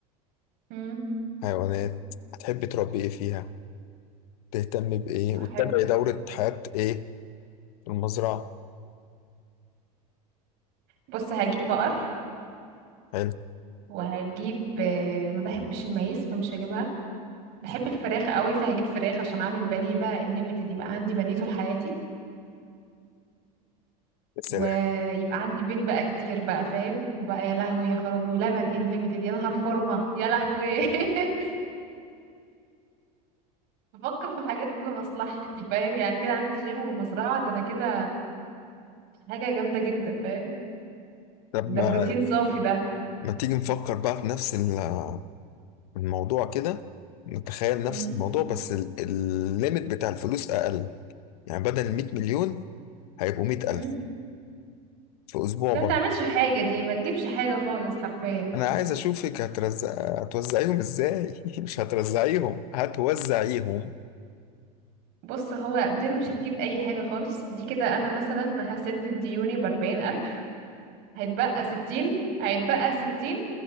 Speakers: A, on the right; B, on the left.
A: مم.
B: حيوانات هتحبي تربي ايه فيها تهتمي بإيه
A: هحب
B: وتتابعي دورة حياة ايه في المزرعة
A: بص هجيب بقر
B: حلو
A: وهجيب آه، ما بحبش المعيز فمش هجيبها بحب الفراخ قوي فهجيب فراخ عشان اعمل بانيه بقى الليميتد يبقى عندي بانيه طول حياتي
B: يا سلام
A: ويبقى عندي بيت بقى كتير بقى فاهم وبقى يا لهوي يا خرابي ولبن انليميتد يا نهار فورمه يا لهوي <laughs> بفكر في حاجات بمصلحتي فاهم يعني كده عندي جيم ومزرعة ده انا كده حاجة جامدة جدا فاهم
B: طب ما
A: ده بروتين صافي ده
B: ما تيجي نفكر بقى في نفس ال- الموضوع كده نتخيل نفس
A: امم
B: الموضوع بس ال- الليميت بتاع الفلوس أقل يعني بدل 100 مليون هيبقوا 100
A: امم
B: ألف في أسبوع
A: ده
B: برضه
A: ما تعملش حاجة دي ما تجيبش حاجة خالص حرفيا
B: انا عايز اشوفك هترز... هتوزعيهم ازاي <laughs> مش هترزعيهم هتوزعيهم
A: بص هو دول مش هتجيب أي حاجة خالص دي كده أنا مثلا هسدد ديوني بأربعين ألف هيتبقى ستين هيتبقى ستين